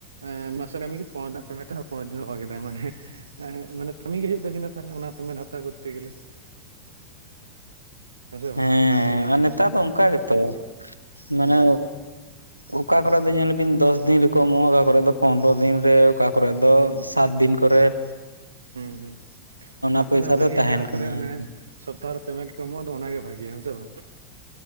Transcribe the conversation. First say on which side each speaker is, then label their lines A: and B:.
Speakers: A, on the right (about 70°); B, on the right (about 85°).
A: ᱮ ᱢᱟᱥᱮ ᱠᱟᱹᱢᱤ ᱠᱟᱛᱮ ᱯᱚᱱᱮᱨ ᱯᱮᱢᱮᱱᱴ ᱟᱨ ᱯᱚᱨᱮᱨ ᱫᱤᱱ ᱫᱚᱦᱚ ᱠᱮᱫᱟᱭ ᱢᱟᱱᱮ ᱮ ᱢᱟᱱᱮ ᱠᱟᱹᱢᱤ ᱜᱮ ᱦᱩᱭᱩᱜ ᱛᱟᱵᱤᱱᱟ, ᱛᱟᱦᱞᱮ ᱚᱱᱟ ᱯᱮᱢᱮᱱᱴ ᱦᱟᱛᱟᱣ ᱠᱚᱨᱛᱮ ᱜᱮᱞᱮ᱾ ᱦᱮᱸ ᱥᱮ ᱵᱟᱝ
B: ᱦᱮᱸ, ᱟᱨ ᱱᱮᱛᱟᱨ ᱫᱚ ᱚᱱᱠᱟ ᱜᱮᱛᱚ ᱢᱟᱱᱮ
A: ᱦᱩᱸ
B: ᱚᱠᱟ ᱠᱚᱨᱮ ᱫᱚ ᱧᱮᱞ ᱵᱤᱱ ᱫᱚᱥ ᱫᱤᱱ ᱨᱮᱠᱚ ᱮᱢᱚᱜ-ᱟ, ᱚᱠᱟ ᱠᱚᱨᱮ ᱫᱚ ᱯᱚᱱᱨᱚ ᱫᱤᱱ ᱨᱮ ᱚᱠᱟ ᱠᱚᱨᱮ ᱫᱚ
A: ᱦᱩᱸ
B: ᱥᱟᱛ ᱫᱤᱱ ᱠᱚᱨᱮᱜ᱾
A: ᱦᱩᱸ ᱦᱩᱸ, ᱱᱚᱣᱟ
B: ᱯᱚᱭᱥᱟ
A: ᱠᱷᱚᱱᱟᱜ
B: ᱫᱚ
A: ᱵᱷᱟᱜᱮ
B: ᱛᱟᱦᱮᱱ
A: ᱡᱟᱦᱟᱸ
B: ᱠᱟᱱᱟ
A: ᱠᱚᱨᱮ ᱚᱱᱮ
B: ᱦᱩᱸ
A: ᱥᱚᱯᱛᱟᱦᱚ ᱨᱮ ᱯᱮᱢᱮᱱᱴ ᱠᱚ ᱮᱢᱚᱜ ᱫᱚ ᱚᱱᱟᱜᱮ ᱵᱷᱟᱜᱤᱭᱟ ᱦᱮ ᱥᱮ ᱵᱟᱝ᱾